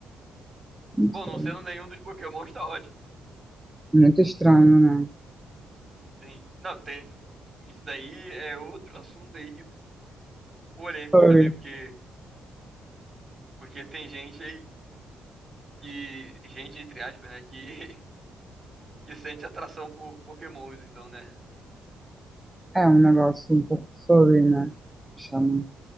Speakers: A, in the centre; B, on the right.
A: não
B: Bom,
A: sei.
B: não sendo nenhum dos Pokémons, tá ótimo.
A: Muito estranho, né?
B: Tem... Não, tem. Isso daí é outro <laughs> assunto aí que polêmico
A: Furry.
B: também, porque, porque tem gente aí que. Gente, entre aspas, né? Que, <laughs> que sente atração por Pokémons, então, né?
A: É um negócio um pouco furry, né? Chama.